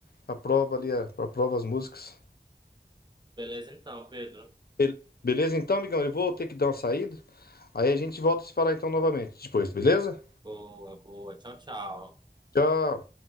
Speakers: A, on the left; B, on the right.
A: aprova ali, a- aprova as músicas.
B: Beleza então, Pedro.
A: Be- Beleza então, amigão? Eu vou ter que dar uma saída. Aí a gente volta a se falar então novamente depois, beleza?
B: Boa, boa. Tchau, tchau.
A: Tchau.